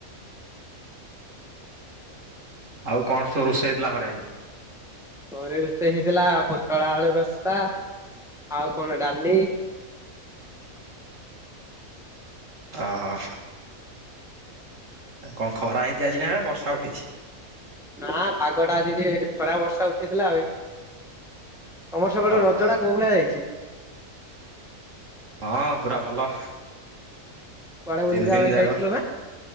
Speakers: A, on the right; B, in the centre.
A: ଆଉ କଣ ସବୁ ରୋଷେଇ ହେଇଥିଲା ଘରେ?
B: ଘରେ ରୋଷେଇ ହେଇଥିଲା ପୋଟଳା ଆଳୁ ରସ୍ତା ଆଉ କଣ ଡାଲି
A: ଓହୋ କଣ ଖରା ହେଇଛି ଆଜି ନା ବର୍ଷା ଉଠେଇଛି?
B: ନା ପାଗଟା ଆଜି ଟିକେ ଖରା ବର୍ଷା ଉଠେଇଥିଲା ଭାଇ ତମର ସେପଟେ
A: ଓହୋ
B: ରଜଡା କୋଉ ଭଳିଆ ଯାଇଛି?
A: ହଁ ପୁରା ଭଲ
B: କୁଆଡେ ବୁଲିବା
A: ତିନି ଦିନ
B: ପାଇଁ
A: ଯାକ।
B: ଯାଇଥିଲ ନା